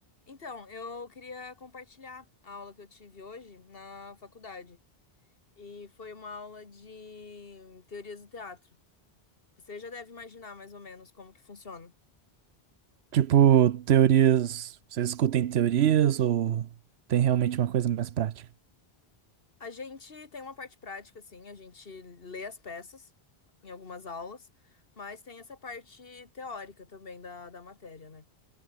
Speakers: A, on the left; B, on the right.
A: Então, eu queria compartilhar a aula que eu tive hoje na faculdade. E foi uma aula de teorias do teatro. Você já deve imaginar mais ou menos como que funciona.
B: Tipo, teorias. Vocês escutem teorias ou tem realmente uma coisa mais prática?
A: A gente tem uma parte prática, assim, a gente lê as peças em algumas aulas, mas tem essa parte teórica também da, da matéria, né?